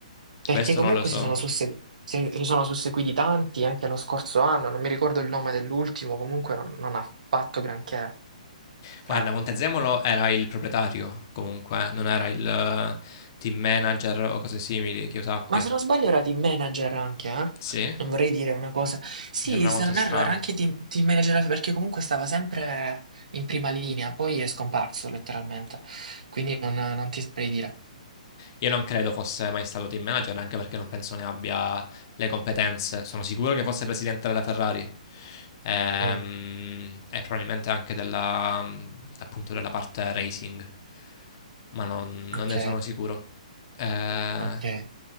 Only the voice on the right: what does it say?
Perché
comunque
si sono, susse- se- si sono susseguiti tanti anche lo scorso anno, non mi ricordo il nome dell'ultimo, comunque non, non ha fatto granché.
Cioè,
Ma se non sbaglio era team manager anche, eh?
Non vorrei dire una cosa. Sì,
se
non
erro era anche team, team manager perché comunque stava sempre in prima linea, poi è scomparso letteralmente. Quindi non, non ti saprei dire.
Mm,
ok,
ok. È